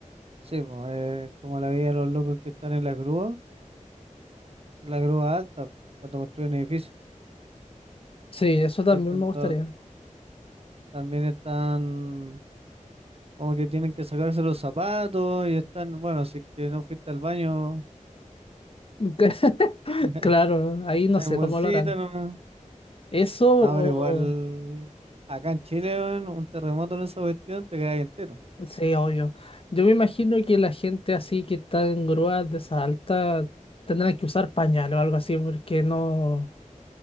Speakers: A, on the right; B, on the left.
A: Sí, pues, eh, como la vida de los locos que están en las grúas. la grúa alta cuando construyen edificios.
B: Sí, eso también
A: Están
B: me gustaría.
A: to- también están como que tienen que sacarse los zapatos y están, bueno, si es que no fuiste al baño
B: <laughs>
A: <laughs>
B: Claro, ahí no
A: en
B: sé
A: bolsita,
B: cómo lo harán.
A: no.
B: Eso o...
A: No, pero igual acá en Chile, weón, un terremoto en esa cuestión te quedas entero.
B: Sí, obvio. Yo me imagino que la gente así que está en grúas de esa alta tendrán que usar pañal o algo así porque no...